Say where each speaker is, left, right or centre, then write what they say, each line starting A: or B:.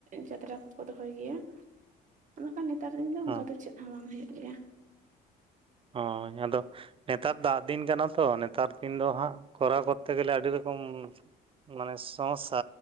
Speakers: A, on the right (about 50°); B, on the right (about 35°).
A: ᱡᱟᱛᱨᱟ ᱠᱚᱠᱚ ᱫᱚᱦᱚᱭ ᱜᱮᱭᱟ᱾ ᱵᱟᱠᱷᱟᱱ ᱱᱮᱛᱟᱨ ᱫᱤᱱ ᱫᱚ
B: ᱦᱮᱸ
A: ᱚᱱᱠᱟ ᱫᱚ ᱪᱮᱫ᱾ ᱦᱚᱸ, ᱦᱳᱭᱳᱜ ᱜᱮᱭᱟ᱾
B: ᱦᱳᱭ ᱟᱫᱚ, ᱱᱮᱛᱟᱨ ᱫᱟᱜ ᱫᱤᱱ ᱠᱟᱱᱟ ᱛᱚ᱾ ᱱᱮᱛᱟᱨ ᱫᱤᱱ ᱫᱚ ᱦᱟᱸᱜ ᱠᱚᱨᱟᱣᱼᱼ ᱠᱚᱛᱮ ᱜᱮᱞᱮ ᱟᱹᱰᱤ ᱨᱚᱠᱚᱢ ᱢᱟᱱᱮ ᱥᱚᱢᱚᱥᱥᱟ᱾